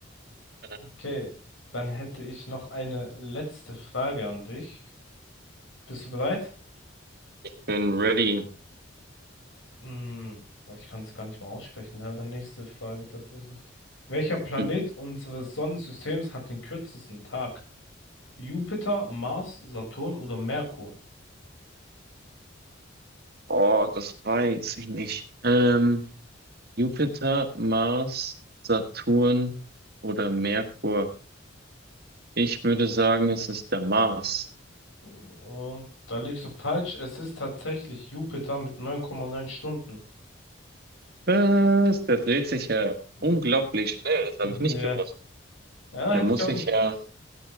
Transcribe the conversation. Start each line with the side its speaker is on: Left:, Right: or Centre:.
Right: Excellent.
Left: Okay, dann hätte ich noch eine letzte Frage an dich. Bist du bereit?
Right: Bin ready.
Left: Hm, ich kann es gar nicht mal aussprechen. Ja, dann nächste Frage tatsächlich. Welcher Planet
Right: Hm.
Left: unseres Sonnensystems hat den kürzesten Tag? Jupiter, Mars, Saturn oder Merkur?
Right: Oh, das weiß ich nicht. Ähm, Jupiter, Mars, Saturn oder Merkur? Ich würde sagen, es ist der Mars.
Left: Und da liegst du falsch. Es ist tatsächlich Jupiter mit neun Komma neun Stunden.
Right: Was? Der dreht sich ja
Left: <laughs>
Right: unglaublich schnell. Das
Left: Ja,
Right: habe ich nicht gewusst.
Left: Ja, hätte
Right: Da muss
Left: ich auch nicht
Right: ich ja,
Left: gewusst.